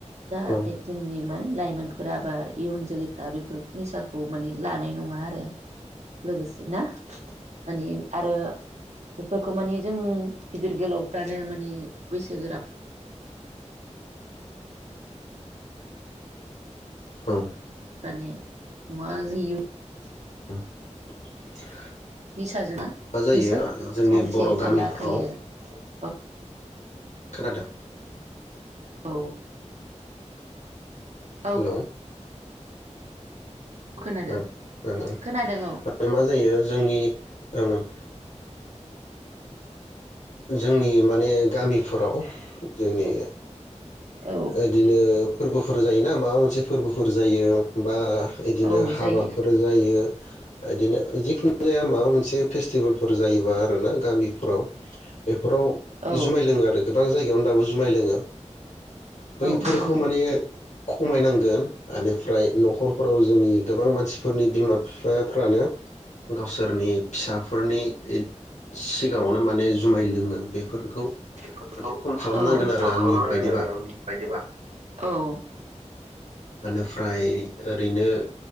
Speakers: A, on the right (about 65°); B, on the left (about 70°).
A: जाहाथे
B: औ
A: जोंनि मा लायफ। मानफोरा बा इउन जोलैफोरा बेफोर निसाखौ माने लानाय नङा आरो लोगोसे ना माने आरो बेफोरखौ माने जों गिदिर गोलावफ्रानो मानि बैसोगोरा
B: औ
A: ने नङा इउ
B: <inaudible>
A: निसाजों
B: मा जायो
A: निसा ओ ओ
B: जोंनि
A: सानसे
B: बर' गामिफ्राव
A: थालला थायो औ
B: खोनादों
A: औ औ
B: हेल' ओं
A: खोनादों
B: ओमफ्राय
A: खोनादों
B: मा जायो जोंनि ओं ओं जोंनि माने गामिफोराव जोंनि
A: औ औ
B: इदिनो फोरबोफोर जायोना माबा मोनसे फोरबोफोर जायो बा इदिनो
A: औ
B: हाबाफोर
A: जायो
B: जायो बिदिनो जिखुनु जाया माबा मोनसे फेस्टिभेलफोर जायोबा आरोना गामिफोराव बेफोराव
A: औ
B: जुमाय लोङो गोबां जायगायावनो दाबो जुमाय लोङो बैफोरखौ
A: नोङो
B: माने खमायनांगोन आनोफ्राय न'खरफोराव जोंनि गोबां मानसिफोरनि बिमा बिफाफ्रानो गावसोरनि फिसाफोरनि सिगाङावनो माने जु माय लोङो बेफोरखौ
A: फटखौ‌ औ
B: खम खालामनांगोन आरो
A: फम
B: आंनि
A: खालामनांगोन
B: बायदिबा
A: आरो आंनि बायदिबा औ
B: बेनिफ्राय ओरैनो